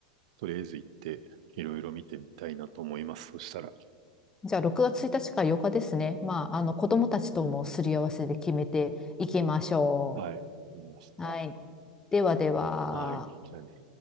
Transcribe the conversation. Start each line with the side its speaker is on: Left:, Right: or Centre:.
Right: とりあえず行って、いろいろ見てみたいなと思います。そしたら。
Left: じゃあ6月1日か8日ですね。まあ、あの子供たちともすり合わせで決めていきましょ
Right: はい。わかりました。
Left: う。はい。ではでは。
Right: はい。じゃあね。